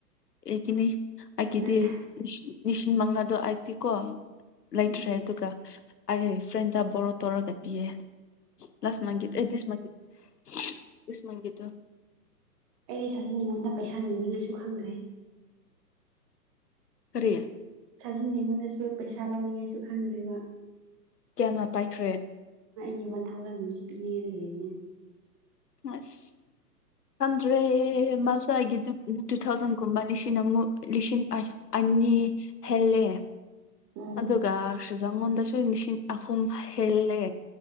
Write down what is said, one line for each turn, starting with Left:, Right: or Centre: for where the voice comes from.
Left: ꯑꯩꯒꯤꯅꯦ ꯑꯩꯒꯤꯗꯤ
Right: ꯅꯪ
Left: ꯂꯤꯁꯤꯡ ꯃꯉꯥꯗꯣ ꯑꯩꯒꯤꯗꯤꯀꯣ ꯂꯩꯇ꯭ꯔꯦ
Right: ꯎꯝ
Left: ꯑꯗꯨꯒ ꯑꯩ ꯐ꯭ꯔꯦꯟꯗ ꯕꯣꯔꯣ ꯇꯧꯔꯒ ꯄꯤꯌꯦ ꯂꯥꯁ ꯃꯟꯒꯤꯗꯣ ꯑꯩ ꯗꯤꯁ ꯃꯟꯒꯤ ꯍꯝ ꯗꯤꯁ ꯃꯟꯒꯤꯗꯨ
Right: ꯑꯩꯗꯤ ꯁꯥꯖꯤ ꯅꯤꯉꯣꯟꯗ ꯄꯩꯁꯥ ꯅꯤꯅꯤꯡꯉꯥꯏꯁꯨ ꯈꯪꯗ꯭ꯔꯦ
Left: ꯀꯔꯤ
Right: ꯁꯥꯖꯤꯅꯤꯡꯉꯣꯟꯗꯁꯨ ꯄꯩꯁꯥ ꯂꯧꯅꯤꯡꯉꯥꯏꯁꯨ ꯈꯪꯗ꯭ꯔꯦꯕ
Left: ꯀꯌꯥꯅ ꯄꯥꯏꯈ꯭ꯔꯦ
Right: ꯀꯦ ꯋꯥꯟ ꯊꯥꯎꯖꯟꯒꯨꯝꯕꯗꯤ ꯄꯤꯅꯤꯡꯉꯥꯢ ꯂꯩꯕꯅꯦ
Left: ꯑꯁ ꯈꯪꯗ꯭ꯔꯦ ꯃꯥꯁꯨ ꯑꯩꯒꯤ ꯇꯨ ꯇꯨ ꯊꯥꯎꯖꯟꯒꯨꯝꯕ ꯂꯤꯁꯤꯡ ꯑꯃꯨꯛ ꯂꯤꯁꯤꯡ ꯑꯥꯢ ꯑꯥꯢ ꯍꯨꯝꯅꯤ ꯍꯦꯜꯂꯦ
Right: ꯎꯝ
Left: ꯑꯗꯨꯒ ꯁꯨꯖꯉꯣꯟꯗꯁꯨ ꯂꯤꯁꯤꯡ ꯑꯍꯨꯝ ꯍꯦꯜꯂꯦ